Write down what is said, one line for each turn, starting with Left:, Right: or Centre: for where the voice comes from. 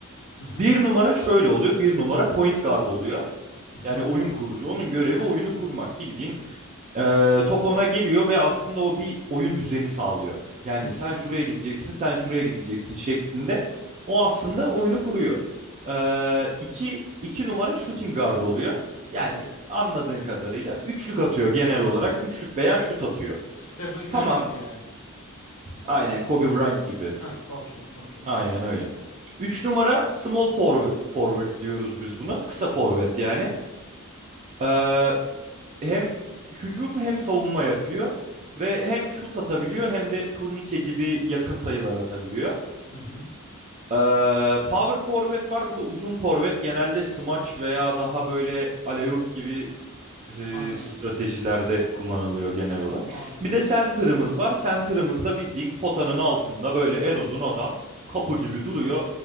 Left: Hı hı.
Right: Bir numara şöyle oluyor. Bir numara point guard oluyor.
Left: Hı
Right: Yani
Left: hı.
Right: oyun kurucu. Onun görevi oyunu kurmak. Bildiğin ee, top ona geliyor ve aslında o bir oyun düzeni sağlıyor. Yani
Left: Hı hı.
Right: sen şuraya gideceksin, sen şuraya gideceksin şeklinde. O aslında oyunu kuruyor. Ee, iki, iki numara shooting guard oluyor. Yani
Left: Hı hı.
Right: anladığın kadarıyla üçlük atıyor genel olarak. Üçlük veya şut atıyor.
Left: Stephen Curry
Right: Tamam,
Left: gibi yani.
Right: aynen Kobe Bryant gibi.
Left: Heh, okey, okey.
Right: Aynen öyle. Üç numara small forv- forward diyoruz biz buna. Kısa forvet yani. Ee, hem hücum hem savunma yapıyor ve hem şut atabiliyor hem de turnike gibi yakın sayılar atabiliyor.
Left: Hı hı.
Right: Ee, power forward var. Bu da uzun forvet. Genelde smaç veya daha böyle alley-oop gibi
Left: Anladım.
Right: e, stratejilerde kullanılıyor genel olarak.
Left: Anladım.
Right: Bir de center'ımız var. Center'ımız da bildiğin potanın altında böyle en uzun adam kapı gibi duruyor.